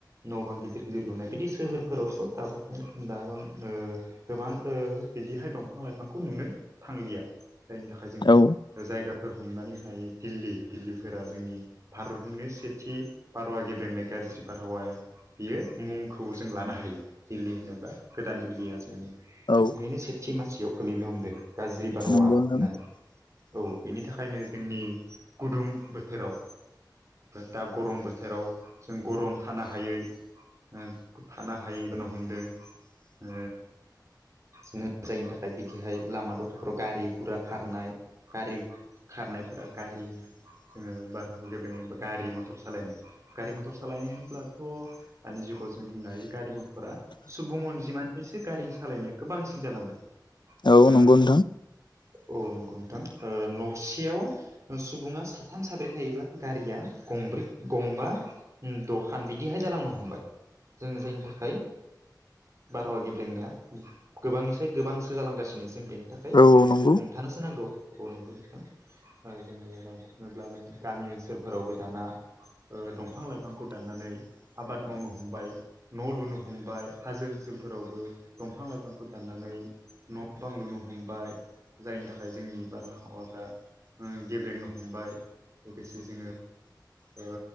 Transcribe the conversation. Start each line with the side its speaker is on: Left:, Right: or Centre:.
Right: न' बां गिदिर गिदिर लुनाय बिदि सोहोरफोरावथ' दाबो म ओ गोबां बिदिहाय दंफां लाइफांखौ नुनो थांलिया जायनि थाखाय जों
Left: औ
Right: ओ जायगाफोर हमनानै होनो हायो दिल्ली दिल्लीफोरा जोंनि भारतनिनो सेथि बारहावा गेब्रेंनाय गाज्रि बारहावाया बियो मुंखौ जों लानो हायो दिल्ली होनोब्ला गोदान दिल्लीया जोंनि
Left: औ
Right: बुहुमनिनो सेथि मासियाव गोलैनो हमदो गाज्रि बारहावा
Left: नंगौ
Right: होननानै
Left: नोंथां
Right: औ बेनि थाखायनो जोंनि गुदुं बोथोराव दा गरम बोथोराव जों गरम थानो हायै ओ थानो हायि जानो हमदो ओ जोङो जायनि थाखाय बिदिहाय लामा दथ'फ्राव गारि गुरा खारनाय गारि खारनायफोरा गारि जोङो बारहाव गेब्रेंनाय होनोब्ला गारि मटर सालायनाय गारि मथर सालायनाय होनब्लाथ' दानि जुगाव जों बुंनो हायो गारि म रा सुबुं अनजिमानिसो गारि सालायनाया गोबांसिन जालांबाय
Left: औ
Right: ओ
Left: नंगौ नोंथां
Right: औ नंगौ नोंथां ओ न'सेयाव सुबुङा साथाम साब्रै थायोब्ला गारिया गंब्रै गंबा उम दखान बिदिहाय जालांनो हमबाय जोङो जायनि थाखाय बारहावा गेब्रेंनाया गोबांनिसाय गोबांसो जालांगासिनो जों बे नि थाखाय
Left: औ
Right: जों
Left: औ
Right: बेखौ
Left: नंगौ
Right: हमथानोसो नांगौ अ नंगौ नोंथां ओ जोङो नायनो थाङोब्ला नों गामि ओनसोलफोरावबो दाना ओ दंफां लाइफांखौ दाननानै आबाद मावनो हमबाय न' लुनो हम हमबाय हाजो ओनसोलफोरावबो दंफां लाइफांखौ दाननानै न' बां लुनो हमबाय जायनि थाखाय जोंनि बारहावाफ्रा ओ गेब्रेंनो हमबाय लोगोसे जोङो ओ